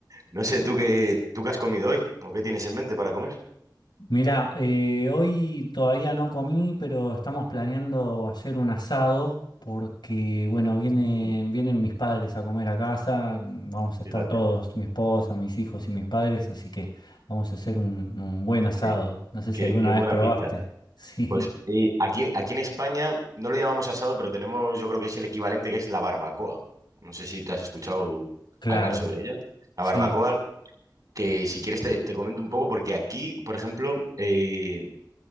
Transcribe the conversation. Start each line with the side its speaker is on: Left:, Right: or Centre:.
Right: No sé, ¿tú qué, tú qué has comido hoy? ¿O qué tienes en mente para comer?
Left: <laughs> Mirá, eh, hoy todavía no comí, pero estamos planeando hacer un asado porque, bueno, vienen,
Right: Mm,
Left: vienen mis padres a comer a casa, vamos a estar
Right: fíjate,
Left: todos, mi esposa, mis hijos y mis padres, así que vamos a hacer un, un buen asado.
Right: qué,
Left: No sé
Right: qué,
Left: si alguna
Right: qué buena
Left: vez probaste.
Right: pinta.
Left: <laughs> Sí,
Right: Pues eh, aquí, aquí en España no lo llamamos asado, pero tenemos, yo creo que es el equivalente, que es la barbacoa. No sé si te has escuchado
Left: claro,
Right: hablar sobre ella. La
Left: sí,
Right: barbacoa, que si quieres te, te comento un poco, porque aquí, por ejemplo, eh,